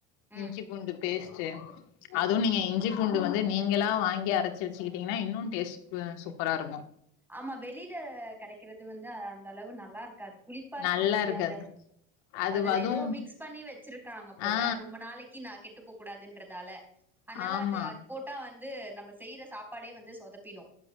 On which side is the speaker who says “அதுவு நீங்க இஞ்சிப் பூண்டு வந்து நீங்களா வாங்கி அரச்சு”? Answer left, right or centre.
Left